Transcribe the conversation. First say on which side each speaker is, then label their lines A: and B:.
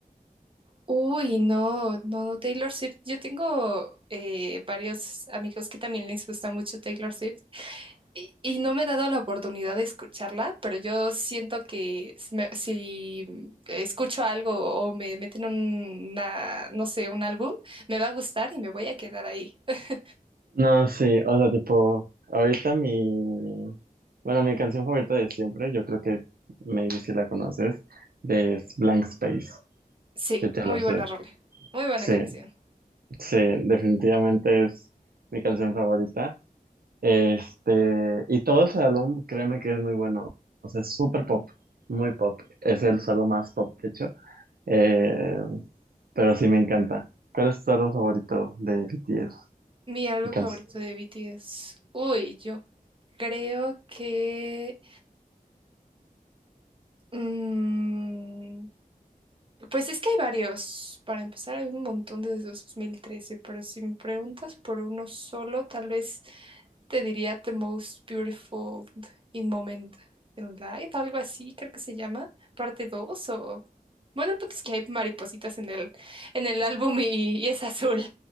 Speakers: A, on the right; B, on the right.
A: Uy, no, no, no, Taylor Swift. Yo tengo eh, varios amigos que también les gusta mucho Taylor Swift y, y no me he dado la oportunidad de escucharla, pero yo siento que si me- si escucho algo o me meten un- una, no sé, un álbum, me va a gustar y me voy a quedar ahí. <laughs>
B: No, sí, o sea, tipo, ahorita mi, bueno, mi canción favorita de siempre, yo creo que maybe si la conoces, de es Blank Space
A: Sí,
B: de Taylor
A: muy
B: Swift.
A: buena rola, muy buena
B: Sí,
A: canción.
B: sí, definitivamente es mi canción favorita. Este, y todo ese álbum, créeme que es muy bueno. O sea, es súper pop, muy pop. Es el solo más pop, de hecho. Eh, pero sí me encanta. ¿Cuál es tu álbum favorito de BTS?
A: Mi álbum
B: Canción.
A: favorito de BTS. Uy, yo creo que... mm, pues es que hay varios. Para empezar, hay un montón desde 2013, pero si me preguntas por uno solo, tal vez te diría The Most Beautiful in Moment in Life, algo así creo que se llama, parte 2 o... Bueno, el punto es que hay maripositas en el, en el álbum y, y es azul.